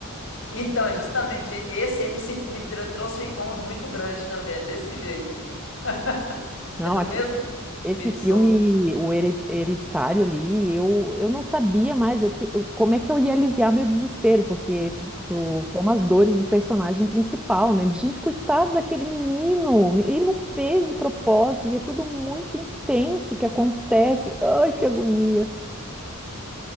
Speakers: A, on the left; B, in the centre.
A: Então, é justamente, esse aí me, sen- me tra- trouxe um incômodo muito grande também, é desse jeito. <laughs>
B: Não,
A: É do
B: aqui-
A: mesmo
B: esse, esse
A: Midsommar.
B: filme, o Hered- Hereditário ali, eu, eu não sabia mais aqui, como é que eu ia aliviar meu desespero, porque tu, tu toma as dores do personagem principal, né? Gente, coitado daquele menino. Ele não fez de propósito e é tudo muito intenso que acontece. Ai, que agonia.